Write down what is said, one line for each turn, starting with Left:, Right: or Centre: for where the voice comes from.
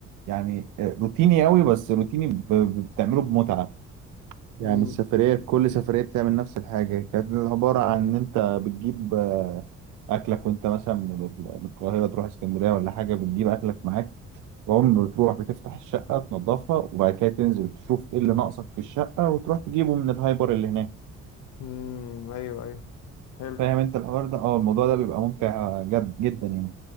Right: يعني آه، روتيني قوي بس روتيني ب- ب- بتعمله بمتعة يعني
Left: امم
Right: السفرية كل سفرية بتعمل نفس الحاجة كانت عبارة عن إن أنت بتجيب آه، أكلك وأنت مثلا من ال- من القاهرة تروح اسكندرية ولا حاجة بتجيب أكلك معاك تقوم بتروح بتفتح الشقة تنظفها وبعد كده تنزل تشوف إيه اللي ناقصك في الشقة وتروح تجيبه من الهايبر اللي هناك
Left: امم ايوه ايوه حلو
Right: فاهم أنت الحوار ده؟ أه الموضوع ده بيبقى ممتع جد جدا يعني